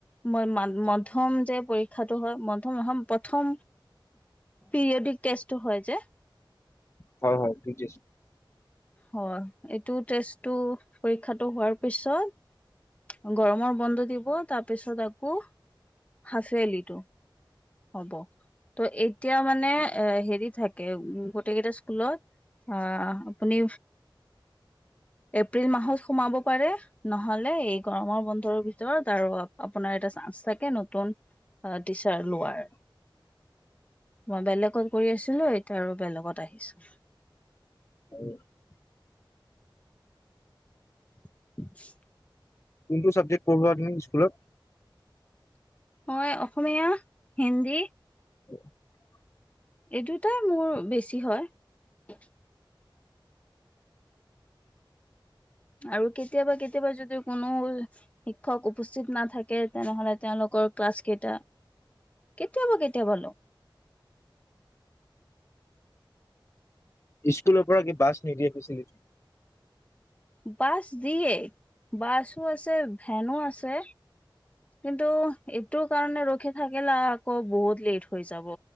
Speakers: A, on the left; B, on the left.
A: মই-মান মধ্যম যে, পৰীক্ষাটো হয়, মধম <unintelligible> প্ৰথম পিৰিয়দিক টেষ্টতো হয়, যে।
B: হয় হয় বুজিছো।
A: হয় এইটো টেষ্টতো পৰীক্ষাটো হোৱাৰ পিছত। গৰমৰ বন্ধ দিব, তাৰ পিছত আকৌ হাফ-ইয়াৰ্লিটো। হ'ব ত এতিয়া মানে এ হেৰি থাকে গোটেই কেইটা স্কুলত আহ আপুনি এপ্ৰিল মাহত সোমাব পাৰে নহলে এ গৰমৰ বন্ধৰ ভিতৰত আৰু আপোনাৰ এটা চানছ থাকে নতুন টিচাৰ লোৱাৰ।
B: <inaudible>
A: মই বেলেগত কৰি আছিলো, এতিয়া আৰু বেলেগত আহিছো।
B: <unintelligible>
A: <inaudible>
B: কোনটো চাবজেক্ট পঢ়োৱা তুমি স্কুলত?
A: মই অসমীয়া, হিন্দী।
B: <inaudible>
A: এই দুটাই মোৰ বেছি হয়। আৰু কেতিয়াবা কেতিয়াবা যদি কোন নোল শিক্ষক উপস্থিত নাথাকে তেনেহলে তেওঁলোকৰ ক্লাছ কেইটা কেতিয়াবা কেতিয়াবা ল
B: স্কুলৰ পৰা কি বাছ নিদিয়ে ফেচিলিটি
A: বাছ দিয়ে বাছো আছে ভেনো আছে। কিন্তু এইটো কাৰণে ৰখি থাকিলে আকৌ বহুত লেট হৈ যাব